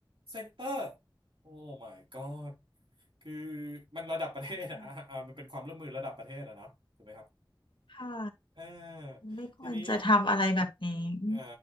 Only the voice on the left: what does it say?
ไม่ควร
ค่ะ
ไม่ควรจะทำอะไรแบบนี้อืม